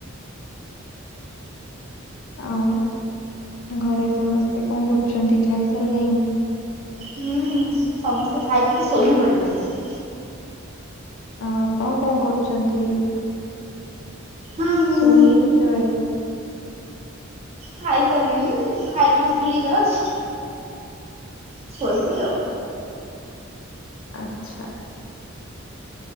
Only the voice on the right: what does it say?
ହୁଁ ହୁଁ। ସମସ୍ତେ ଖାଇ ପିଇକି ଶୋଇ ବିି ପଡ଼ିଲେଣି।
ହଁ ମୁଁ
ଖାଇସାରିଲିଣି ଖାଇକି ଉଠିଲି ଜଷ୍ଟ। ଶୋଇବି ଆଉ।